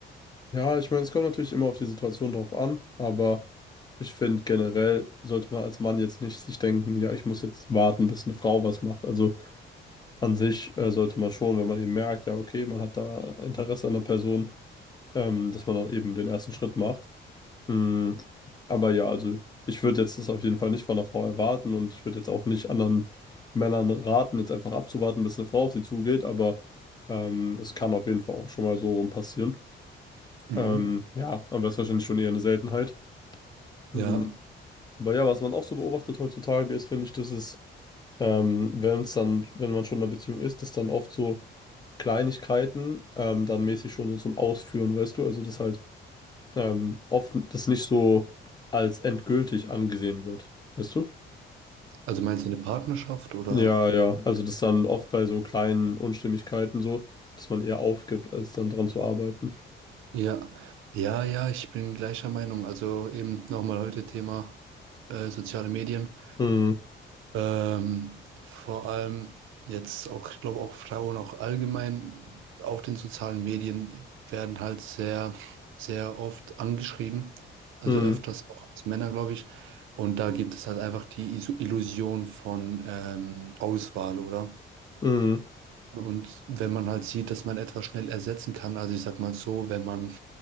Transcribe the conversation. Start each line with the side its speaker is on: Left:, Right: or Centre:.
Left: Ja, ich meine, es kommt natürlich immer auf die Situation drauf an, aber ich finde generell sollte man als Mann jetzt nicht sich denken, ja, ich muss jetzt warten, bis eine Frau was macht. Also an sich äh, sollte man schon, wenn man eben merkt, ja, okay, man hat da Interesse an der Person, ähm, dass man dann eben den ersten Schritt macht. Mm, Aber ja, also ich würde jetzt das auf jeden Fall nicht von einer Frau erwarten und ich würde jetzt auch nicht anderen Männern raten, jetzt einfach abzuwarten, bis eine Frau auf sie zugeht, aber ähm, es kann auf jeden Fall auch schon mal so rum passieren.
Right: Mhm.
Left: Ähm, ja, aber ist wahrscheinlich schon eher eine Seltenheit. Mm,
Right: Ja,
Left: Aber ja, was man auch so beobachtet heutzutage ist, finde ich, dass es, ähm, wenn es dann, wenn man schon in einer Beziehung ist, dass dann oft so Kleinigkeiten ähm, dann mäßig schon so zum Ausführen, weißt du, also dass halt ähm, oft das nicht so als endgültig angesehen wird. Weißt du?
Right: also meinst du eine Partnerschaft oder?
Left: Ja, ja. Also das dann oft bei so kleinen Unstimmigkeiten so, dass man eher aufgibt, als dann dran zu arbeiten.
Right: Ja, ja, ja, ich bin gleicher Meinung. Also eben nochmal heute Thema äh, soziale Medien.
Left: Mhm.
Right: Ähm, vor allem jetzt auch, ich glaube auch Frauen auch allgemein auf den sozialen Medien werden halt sehr, sehr oft angeschrieben, also
Left: Mhm.
Right: öfters auch als Männer, glaube ich. Und da gibt es halt einfach die Isu- Illusion von ähm, Auswahl, oder?
Left: Mhm.
Right: Und wenn man halt sieht, dass man etwas schnell ersetzen kann, also ich sag mal so, wenn man,